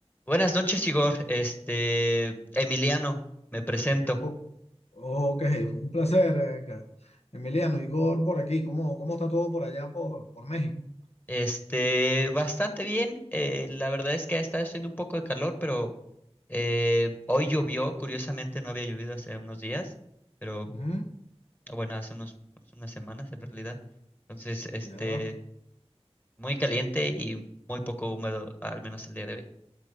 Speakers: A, on the left (about 15°); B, on the left (about 75°).
A: Buenas noches, Igor. Este, Emiliano, me presento.
B: Co- Ok, un placer, eh, que- Emiliano, Igor, por aquí. ¿Cómo, cómo está todo por allá, por, por México?
A: Este, bastante bien. eh, la verdad es que ha estado haciendo un poco de calor, pero eh, hoy llovió. Curiosamente, no había llovido hace unos días, pero
B: Ujú,
A: bueno, hace unos, hace unas semanas en realidad. Entonces, este,
B: Ya,
A: muy caliente y muy poco húmedo, al menos el día de hoy.